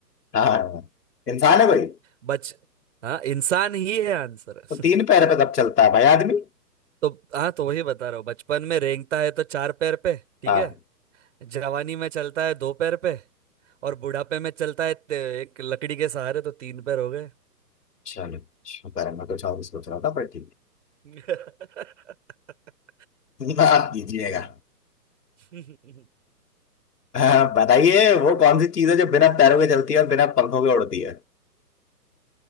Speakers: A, on the left (about 65°); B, on the right (about 45°).
A: हाँ इंसान है भाई
B: बच हाँ इंसान ही है आंसर <laughs>
A: तो तीन पैर पे तब चलता है भाई आदमी
B: तो हाँ तो वही बता रहा हूँ बचपन में रेंगता है तो चार पैर पे ठीक
A: हाँ
B: है जवानी में चलता है दो पैर पे और बुढ़ापे में चलता है ते- एक लकड़ी के सहारे तो तीन पैर हो गए
A: चलो शुक्र है मैं कुछ और सोच रहा था पर ठीक
B: <laughs>
A: है <laughs> आप दीजिएगा
B: हम्म। <laughs>
A: हाँ, बताइए वो कौन सी चीज है जो बिना पैरों के चलती है और बिना पंखों के उड़ती है